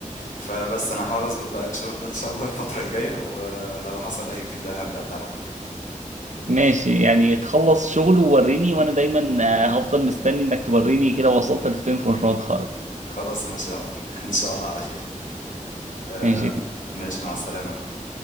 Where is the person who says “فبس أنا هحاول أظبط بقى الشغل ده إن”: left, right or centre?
Left